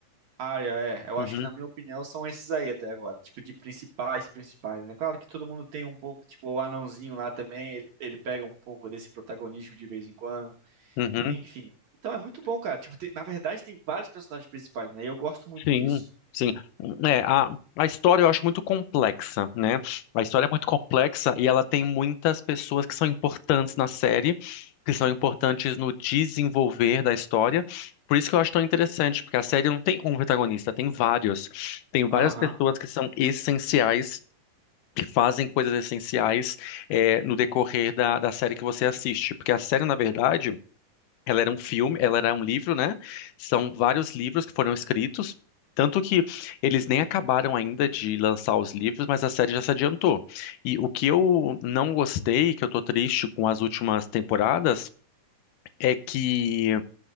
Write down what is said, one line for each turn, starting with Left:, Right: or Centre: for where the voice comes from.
Right: Arya, é. Eu
Left: Uhum.
Right: acho que, na minha opinião, são esses aí até agora. Tipo, de principais, principais, né? Claro que todo mundo tem um pouco. Tipo, o anãozinho lá também, ele, ele pega um pouco desse protagonismo de vez em quando.
Left: Uhum.
Right: Enfim. Então é muito bom, cara. Tipo, tem- na verdade, tem vários personagens principais, né? E eu gosto muito
Left: Sim,
Right: disso.
Left: sim. É, a, a história eu acho muito complexa, né? A história é muito complexa e ela tem muitas pessoas que são importantes na série, que são importantes no desenvolver da história. Por isso que eu acho tão interessante, porque a série não tem um protagonista, tem vários. Tem várias
Right: Aham.
Left: pessoas que são essenciais. Que fazem coisas essenciais é, no decorrer da, da série que você assiste. Porque a série, na verdade, ela era um filme, ela era um livro, né? São vários livros que foram escritos. Tanto que eles nem acabaram ainda de lançar os livros, mas a série já se adiantou. E o que eu não gostei, que eu tô triste com as últimas temporadas, é que